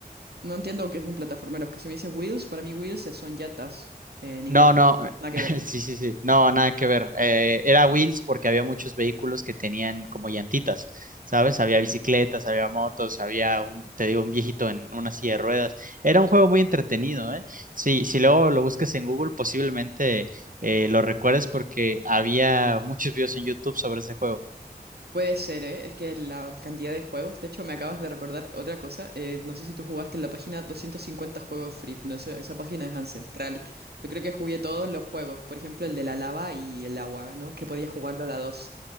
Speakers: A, on the right; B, on the right.
A: No entiendo qué es un plataformero. Es que si me dice wheels, para mí wheels es- son llantas en
B: No,
A: inglés.
B: no,
A: Nada que
B: <laughs>
A: ver.
B: sí, sí, sí, no, nada que ver. Eh, era wheels porque había muchos vehículos que tenían como llantitas, ¿sabes? Había bicicletas, había motos, había un, te digo, un viejito en una silla de ruedas. Era un juego muy entretenido, ¿eh? Sí, si luego lo buscas en Google, posiblemente eh, lo recuerdes porque había muchos videos en YouTube sobre ese juego.
A: Puede ser, ¿eh? Es que la cantidad de juegos. De hecho, me acabas de recordar otra cosa. eh, no sé si tú jugaste en la página 250 juegos free. No sé, esa página es ancestral. Yo creo que jugué todos los juegos. Por ejemplo, el de la lava y el agua, ¿no? Que podía jugarlo a la 2.